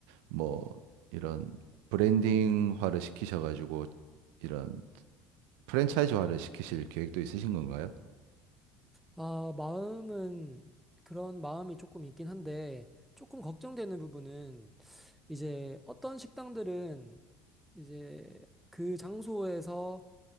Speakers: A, on the right; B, in the centre.
A: 뭐 이런 브랜딩화를 시키셔가지고 이런 프랜차이즈화를 시키실 계획도 있으신 건가요?
B: 아, 마음은 그런 마음이 조금 있긴 한데 조금 걱정되는 부분은 이제 어떤 식당들은 이제 그 장소에서